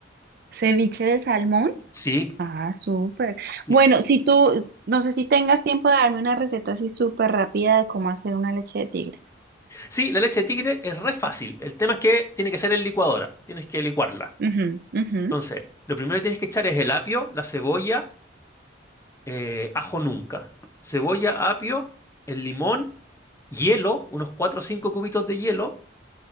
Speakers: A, on the right; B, on the left.
A: ceviche de salmón.
B: Sí,
A: Ah, súper.
B: sí.
A: Bueno, si tú, no sé si tengas tiempo de darme una receta así súper rápida de cómo hacer una leche de tigre.
B: Sí, la leche de tigre es re fácil. El tema es que tiene que ser en licuadora, tienes que licuarla.
A: Ujú, ujú,
B: Entonces, lo primero que tienes que echar es el apio, la cebolla, eh, ajo nunca. Cebolla, apio, el limón, hielo, unos 4 o 5 cubitos de hielo.